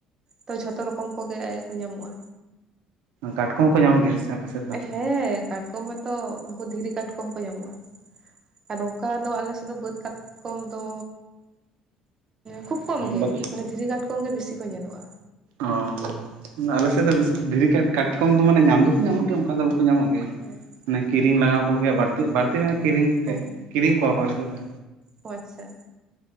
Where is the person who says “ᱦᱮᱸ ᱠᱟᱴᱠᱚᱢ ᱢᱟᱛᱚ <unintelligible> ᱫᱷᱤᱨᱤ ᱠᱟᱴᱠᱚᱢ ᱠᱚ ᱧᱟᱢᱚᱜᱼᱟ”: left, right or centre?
Right